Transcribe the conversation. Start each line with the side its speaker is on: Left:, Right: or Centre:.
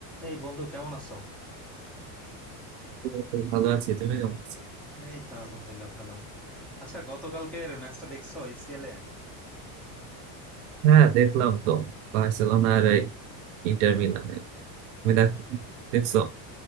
Centre: এই বন্ধু কেমন আছো
Right: এই তো ভালো আছি তুমি কেমন আছো
Centre: এই তো আলহামদুলিল্লাহ ভালো আচ্ছা গতকালকের ম্যাচটা দেখছো ইউসিএল এ
Right: হ্যাঁ দেখলাম তো বার্সেলোনা আর ইন্টার মিলানের তুমি দেখো
Centre: ও,
Right: দেখছো